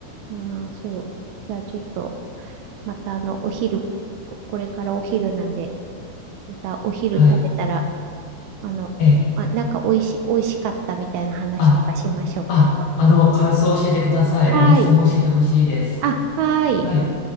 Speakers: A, on the right; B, on the left.
A: いやー、そう。じゃあちょっと、またあの、お昼、ここれからお昼なんで、またお昼食べたら、
B: はい。
A: あの、
B: ええ。
A: ま、なんかおいし、おいしかったみたいな話とかしましょう、
B: あ、あ、
A: 今度。
B: あの、感想を教えてください。
A: はい。
B: お店も教えてほしいです。
A: あ、はい。
B: はい。